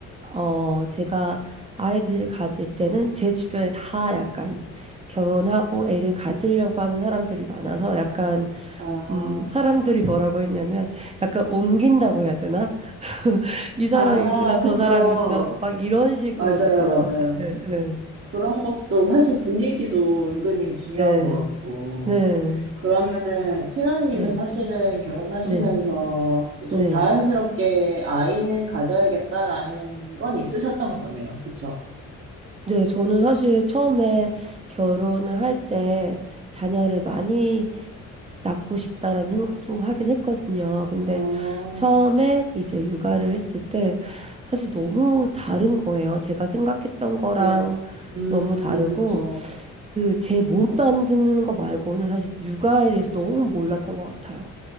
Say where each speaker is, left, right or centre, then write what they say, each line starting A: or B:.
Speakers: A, on the right (about 20°); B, on the right (about 45°).
A: 어, 제가 아이들을 가질 때는 제 주변에 다 약간 결혼하고 애를 가지려고 하는 사람들이 많아서 약간,
B: 아,
A: 음, 사람들이 뭐라고 했냐면 약간 옮긴다고 해야 되나? <laughs> 이 사람
B: 아,
A: 임신하면 저
B: 그쵸.
A: 사람 임신하고 막 이런 식으로
B: 맞아요,
A: 됐던
B: 맞아요.
A: 것 같아요. 네,
B: 그런 것도 사실 분위기도 은근히 중요한
A: 네,
B: 것 같고.
A: 네,
B: 그러면은, 티나님은
A: 네,
B: 사실은 결혼하시면서
A: 네, 네.
B: 좀 자연스럽게 아이는 가져야겠다라는 건 있으셨던 거네요. 그쵸?
A: 네, 저는 사실 처음에 결혼을 할 때 자녀를 많이 낳고 싶다라는 생각도 하긴 했거든요. 근데
B: 어,
A: 처음에 이제 육아를 했을 때 사실 너무 다른 거예요. 제가 생각했던 거랑
B: 네. 음,
A: 너무 다르고
B: 그쵸.
A: 그 제 몸 만드는 거 말고는 사실 육아에 대해서 너무 몰랐던 것 같아요.